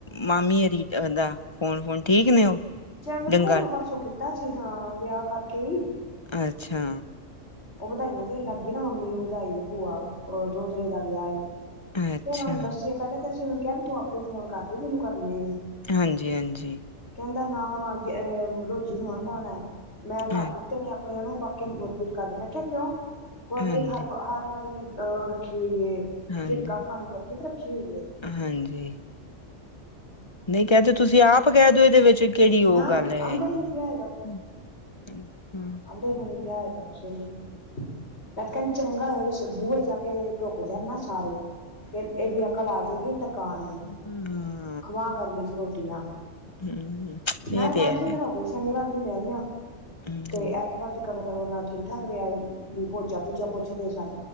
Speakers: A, on the left; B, on the left.
A: ਮਾਮੀ ਹੋਣੀਦਾ ਫੋਨ-ਫੋਨ ਠੀਕ ਨੇ ਉਹ,
B: ਜਨਕ
A: ਡੰਗਾਲ
B: ਹੁਣ ਪਰਸੋਂ ਕੀਤਾ ਸੀ ਹਾਂ ਵਿਆਹ ਕਰਕੇ ਹੀ।
A: ਅੱਛਾ,
B: ਉਹ ਵਧਾਈਆਂ ਦੇਣ ਲੱਗ ਪਈ, ਨਾ ਮੰਮੀ ਨੂੰ ਵਧਾਈ ਭੂਆ ਦੋਤਰੇ ਦਾ ਵਿਆਹ ਈ,
A: ਅੱਛਾ
B: ਫੇਰ ਉਹਨੂੰ ਦੱਸੀਏ, ਪਹਿਲਾਂ ਤੇ ਅਸੀਂ ਉਹਨੂੰ ਕਿਹਾ ਵੀ ਤੂੰ ਆਪੇ ਫੋਨ ਕਰਦੇ ਜਿਹਨੂੰ ਕਰਨੇ ਨੀ।
A: ਹਾਂਜੀ-ਹਾਂਜੀ,
B: ਕਹਿੰਦਾ ਨਾ ਰੋਜ਼ੀ ਨੂੰ ਆਉਦਾ ਹੋਣਾ ਹੈ ਮੈਂ
A: ਹਾਂ
B: ਘਰਦੀ ਨੇ ਆਪਣਿਆਂ ਨੂੰ, ਬਾਕੀਆਂ ਨੂੰ ਗੁਰਪੀਤ ਕਰਦੇ, ਮੈਂ ਕਿਹਾ ਕਿਉਂ ਗੁਰਪੀਤ
A: ਹਾਂਜੀ
B: ਹਰ, ਹਰ ਵਾਰੀ, ਰੱਖੀ ਹੋਈਏ,
A: ਹਾਂਜੀ,
B: ਝਿੜਕਾ ਖਾਣ ਨੂੰ ਗੁਰਪੀਤ ਰੱਖੀ ਹੋਈਏਂ
A: ਹਾਂਜੀ, ਨਹੀਂ ਕਹਿ ਦੋ ਤੁਸੀਂ ਆਪ ਕਹਿ ਦਿਓ, ਇਹਦੇ ਵਿੱਚ ਕਿਹੜੀ ਉਹ
B: ਨਾ
A: ਗੱਲ ਹੈਗੀ
B: ਆਂਦਾ ਹੀ ਨੀ ਪਿਆ
A: ਆਂ ਅੱਛਾ,
B: ਅਦੇ, ਵਿਆਹ ਹੈਗਾ ਕਿਸੇ ਨੂੰ ਵੀ ਮੈਂ ਤੇ ਕਹਿੰਦੀ ਚੰਗਾ ਹੋ ਬੂਹੇ ਜਾ ਕੇ ਢੁਕ ਜਾਣ ਨਾ ਸਾਰੇ, ਤੇ ਇਹਦੀ ਅਕਲ ਆ ਜਾਏਗੀ ਟਿਕਾਣੇ,
A: ਹੂੰ,
B: ਖਵਾ ਗਰਮੀ ਚ ਰੋਟੀਆਂ,
A: ਹੂੰ
B: ਮੈਂ
A: ਇਹ
B: ਤੇ ਪੰਜ
A: ਹੈ
B: ਛੇ ਦਿਨ ਹੋ ਗਏ ਸ਼ਨੀਵਾਰ ਦੀ ਮੈਂ ਆਈ ਐ
A: ਹੂੰ
B: ਤੇ ਐਤਵਾਰ, ਕਰਮ ਤੁਮ ਨਾਲ ਠੀਕ-ਠਾਕ ਰਿਹਾ ਵੀ ਭੋਚਾ ਭੂਚਾ ਪੁੱਛਦੇ ਸਨ,